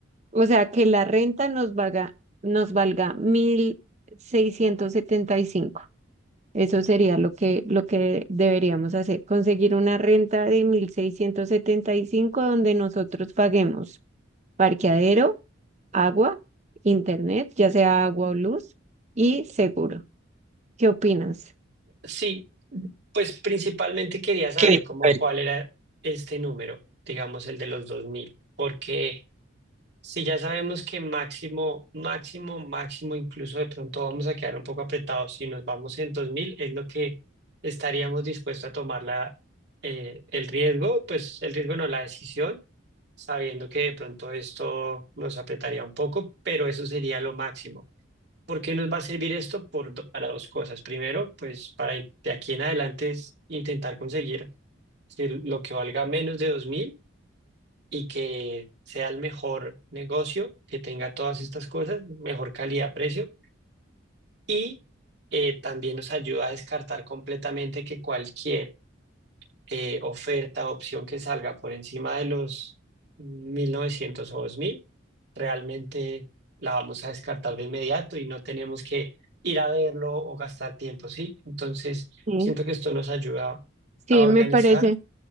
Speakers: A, on the right (about 35°); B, on the right (about 55°).
A: O sea que la renta nos valga, nos valga mil seiscientos setenta y cinco eso sería lo que, lo que deberíamos hacer, conseguir una renta de 1.675 donde nosotros paguemos parqueadero, agua, internet, ya sea agua o luz, y seguro. ¿Qué opinas?
B: Sí, pues principalmente quería saber
A: Qué
B: cómo
A: nivel.
B: cuál era este número, digamos el de los 2000, porque... Si ya sabemos que máximo, máximo, máximo, incluso de pronto vamos a quedar un poco apretados, si nos vamos en 2000 es lo que estaríamos dispuestos a tomar la, eh, el riesgo, pues el riesgo no, la decisión, sabiendo que de pronto esto nos apretaría un poco, pero eso sería lo máximo. ¿Por qué nos va a servir esto? Por, do- para dos cosas. Primero, pues para i- de aquí en adelante es intentar conseguir si lo que valga menos de 2.000 y que sea el mejor negocio, que tenga todas estas cosas, mejor calidad-precio y eh, también nos ayuda a descartar completamente que cualquier eh, oferta o opción que salga por encima de los 1900 o 2000 realmente la vamos a descartar de inmediato y no tenemos que ir a verlo o gastar tiempo, ¿sí? Entonces,
A: Sí,
B: siento que esto nos ayuda
A: sí,
B: a organizar.
A: me parece,